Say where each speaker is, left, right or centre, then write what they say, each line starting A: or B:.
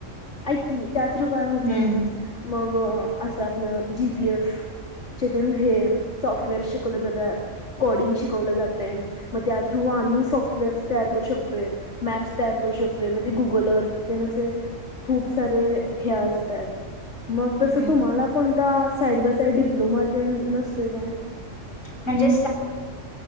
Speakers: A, on the left; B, on the left.
A: ऐक कि त्या थ्रू काय होतंय
B: हम्म
A: मग असं आपलं जीपीएस. हे सॉफ्टवेअर शिकवल जातात कोडिंग शिकवलं जाते मग त्या थ्रू आम्ही सॉफ्टवेअर्स तयार करू शकतोय मॅप्स तयार करू शकतोय म्हणे गुगल अर्थचे असे. खूप सारे हे असतात. मग
B: हम्म
A: तस तुम्हाला कोणता साईड बाय साईड डिप्लोमा ते नसतोय काय?
B: म्हणजे